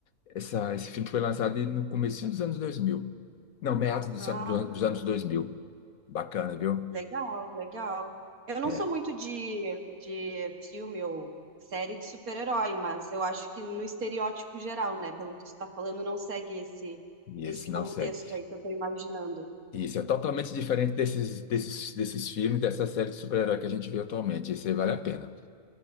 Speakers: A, on the left (about 70°); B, on the right (about 75°).
A: Essa, esse filme foi lançado no começo dos anos dois mil Não, meados dos,
B: Ah,
A: an- do an- dos anos 2000. Bacana, viu?
B: Legal, legal. Eu não
A: É,
B: sou muito de, de filme ou série de super-herói, mas eu acho que no estereótipo geral, né? Pelo que tu tá falando, não segue esse,
A: e
B: esse
A: esse
B: contexto
A: não segue.
B: aí que eu tô imaginando.
A: Isso é totalmente diferente desses, desses, desses filmes, dessa série de super-herói que a gente vê atualmente. Esse aí vale a pena.